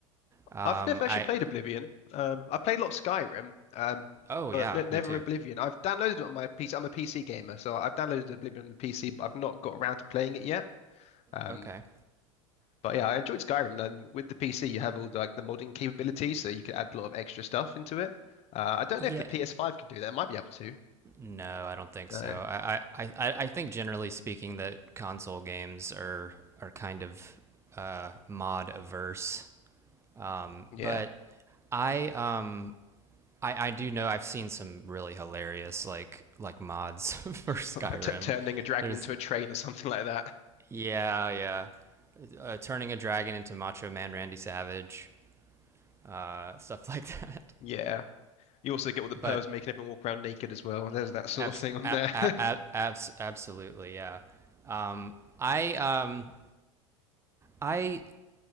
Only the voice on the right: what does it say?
Um,
I
Oh
yeah,
me too.
Okay.
Yeah.
No, I don't think
so. I I, I, I think generally speaking that console games are are kind of uh, mod averse. Um,
but I um I, I do know I've seen some really hilarious like like mods <laughs> for
Skyrim.
There's
yeah yeah, uh, turning a dragon into Macho Man Randy Savage, uh, stuff like <laughs> that.
But
Abs-
a-
a-
abs- absolutely, yeah. Um, I um, I